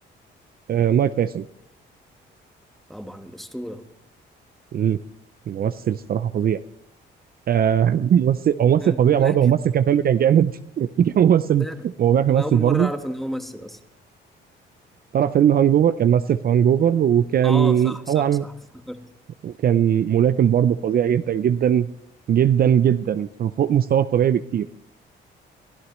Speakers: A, on the right; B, in the centre.
A: آه، مايك تايسون
B: طبعا الأسطورة
A: مم. ممثل الصراحه فظيع آه <laughs> ممثل هو ممثل
B: <laughs> آه،
A: فظيع
B: ملاكم
A: برضه هو ممثل كان فيلم كان جامد <laughs> كان ممثل
B: ده
A: هو بيعرف يمثل
B: انا اول
A: برضه
B: مرة اعرف ان هو ممثل اصلا
A: طلع فيلم هانج اوفر كان ممثل في هانج اوفر وكان
B: اه صح صح
A: طبعا
B: صح افتكرت
A: وكان ملاكم برضه فظيع جدا جدا جدا جدا فوق مستوى الطبيعي بكتير